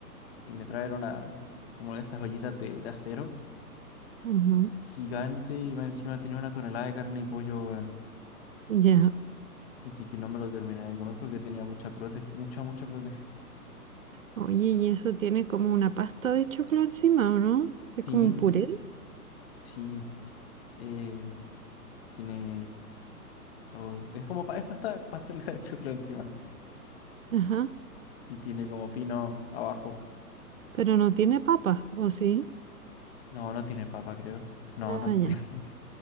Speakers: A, on the left (about 40°); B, on the right (about 55°).
A: y me traer una, como una de estas ollitas de de acero.
B: Ajá,
A: gigante y más encima tenía una tonelada de carne y pollo, weón.
B: ya.
A: Así que no me lo terminé de comer porque tenía mucha prote, <laughs> mucha, mucha prote.
B: Oye, y eso tiene como una pasta de choclo encima, ¿o no? Es
A: Sí,
B: como un puré.
A: sí, eh, tiene... oh, es como, pa- es pasta, pastelera de choclo encima
B: Ajá,
A: y tiene como pino abajo.
B: pero no tiene papa, ¿o sí?
A: No, no tiene papa, creo. No,
B: Ah,
A: no tiene...
B: ya.
A: <laughs>